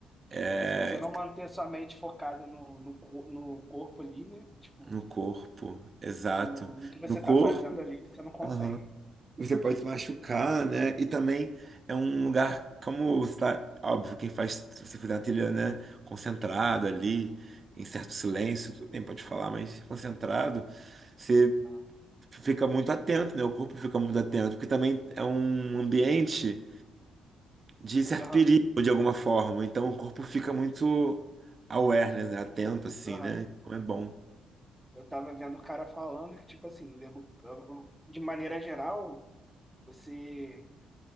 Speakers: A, on the right; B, in the centre.
A: É,
B: Tipo, Se você não manter sua mente focada no, no, co- no corpo ali, né? Tipo,
A: no corpo, exato.
B: no, no que você
A: No corpo.
B: tá fazendo ali, você não consegue.
A: Aham. Você pode se machucar, né? E também é um lugar como você tá, óbvio, quem faz, se você fizer uma trilha, né, concentrado ali, em certo silêncio, tudo bem, pode falar, mas concentrado, você
B: Aham,
A: fica muito atento, né? O corpo fica muito atento, porque também é um ambiente de certo
B: aham.
A: perigo de alguma forma, então o corpo fica muito aware né? Atento assim,
B: aham.
A: né? Então é bom.
B: Eu tava vendo o cara falando que, tipo assim, né, eu- eu- de maneira geral, você